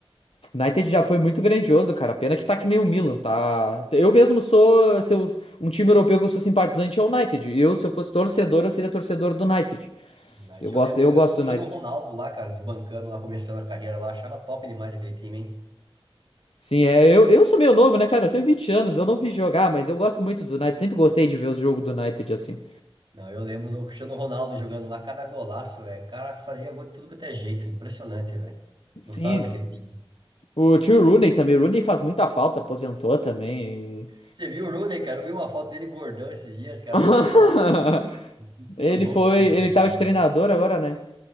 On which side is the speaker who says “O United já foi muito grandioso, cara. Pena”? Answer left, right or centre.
Left